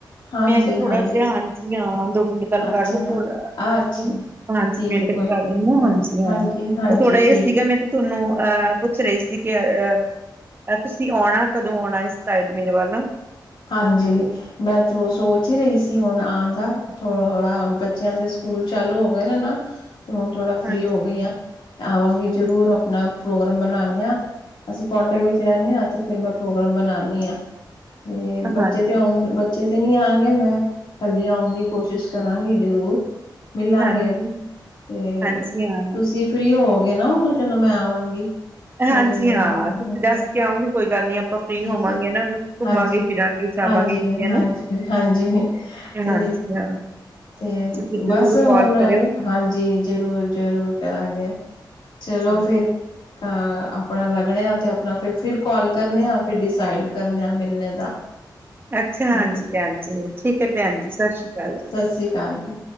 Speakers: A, on the left; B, on the right.
A: ਹਾਂਜੀ
B: ਮੈਂ ਤੇ ਥੋੜਾ
A: ਹਾਂਜੀ
B: ਜੇਹਾ ਹਾਂ ਜੀ ਹਾਂ ਦੋ ਮਿੰਟ ਗੱਲ
A: ਅੱਛਾ
B: ਕਰ ਲੋ ਹੋਰ <inaudible>
A: ਅੱਛਾ
B: ਹਾਂਜੀ
A: ਠੀਕ
B: ਮਿਟ
A: ਹੈ
B: ਕਰ
A: ਕੋਈ ਗੱਲ
B: ਲੈਨੇ
A: ਨਹੀਂ
B: ਹਾਂਜੀ ਹਾਂ
A: ਹਾਂਜੀ
B: ਉਹ ਥੋੜਾ ਇਹ
A: ਠੀਕ
B: ਸੀਗਾ
A: ਹੈ
B: ਮੈਨ ਤੁਹਾਨੂੰ ਅਹ ਪੁੱਛ ਰਹੀ ਸੀ, ਕਿ ਅ-ਅ ਤੁਸੀਂ ਆਉਣਾ ਕਦੋਂ ਆਉਣਾ ਇਸ ਸਾਈਡ ਮੇਰੇ ਵੱਲ?
A: ਹਾਂਜੀ, ਮੈਂ ਤੋਂ ਸੋਚ ਹੀ ਰਹੀ ਸੀ ਹੁਣ ਆਉਣ ਦਾ ਥੋ ਥੋੜਾ ਹੁਣ ਬੱਚਿਆਂ ਦੇ ਸਕੂਲ ਚਾਲੂ ਹੋ ਗਏ ਨੇ ਨਾ ਤੇ ਹੁਣ ਥੋੜ੍ਹਾ
B: ਹਾਂਜੀ
A: ਫ੍ਰੀ ਹੋ ਗਈਆਂ ਆਵਾਂਗੀ
B: ਹਾਂਜੀ
A: ਜ਼ਰੂਰ ਆਪਣਾ ਪ੍ਰੋਗਰਾਮ ਬਣਾਨੇ ਆ ਅਸੀਂ ਪੋਂਟੇਂ ਵਿੱਚ ਰੇਨੈ ਆ ਤੇ ਫੇਰ ਮੈਂ ਪ੍ਰੋਗਰਾਮ ਬਣਾਂਣੀ ਆਂ। ਤੇ
B: ਹਾਂਜੀ
A: ਬੱਚੇ ਤੇ ਆਉਣ ਬੱਚੇ ਚੇ ਤੇ ਨੀ ਆਣਗੇ ਮੈਂ ਕੱਲੀ ਆਉਣ ਦੀ ਕੋਸ਼ਿਸ਼ ਕਰਾਂਗੀ ਜ਼ਰੂਰ। ਮਿਲਾਂਗੇ
B: ਹਾਂਜੀ
A: ਤੇ
B: ਹਾਂਜੀ ਹਾਂ
A: ਤੁਸੀਂ ਫ੍ਰੀ ਹੋਵੋਗੇ ਨਾ ਉਦੋਂ ਜਦੋਂ ਮੈਂ ਆਵਾਂਗੀ। ਤੇ
B: ਹਾਂਜੀ
A: ਹੂੰ
B: ਹਾਂ, ਤੁਸੀਂ ਦੱਸ ਕੇ ਆਓਗੇ ਕੋਈ ਗੱਲ ਨੀ ਅ ਆਪਾਂ ਫ੍ਰੀ
A: ਠੀਕ
B: ਹੋਵਾਂਗੇ
A: ਹੈ
B: ਹਨਾ ਘੁੰਮਾਂਗੇ,
A: ਹਾਂਜੀ
B: ਫਿਰਾਂਗੇ, ਜਾਵਾਂਗੇ
A: ਹਾਂਜੀ
B: ਕਿਤੇ ਹੈਨਾ।
A: ਹਾਂਜੀ ਹਾਂਜੀ ਤੇ
B: ਹਾਂਜੀ ਹਾਂ।
A: ਤੇ
B: ਹਾਂਜੀ ਤੁਸੀਂ ਜ਼ਰੂਰ
A: ਬਸ
B: ਕਾਲ
A: ਹੁਣ
B: ਕਰਿਓ
A: ਹਾਂਜੀ, ਜ਼ਰੂਰ- ਜ਼ਰੂਰ ਕਰਾਂਗੇ। ਚਲੋ
B: ਜੀ
A: ਫਿਰ, ਅਹ ਆਪਣਾ ਲੱਗਣੇ ਆ ਤੇ ਆਪਣਾ ਫਿਰ ਫਿਰ ਕਾਲ ਕਰਨੇ ਆ। ਫਿਰ ਡਿਸਾਈਡ ਕਰਨੇ ਆ ਮਿਲਣੇ ਦਾ।
B: ਅੱਛਾ
A: ਠੀਕ
B: ਹਾਂਜੀ
A: ਹੈ ਫਿਰ,
B: ਭੈਣ ਜੀ ਹੈ
A: ਠੀਕ
B: ਭੈਣ ਜੀ ਸਤਿ
A: ਏ,
B: ਸ਼੍ਰੀ ਅਕਾਲ ਜੀ
A: ਸਤਿ ਸ੍ਰੀ ਅਕਾਲ ਜੀ।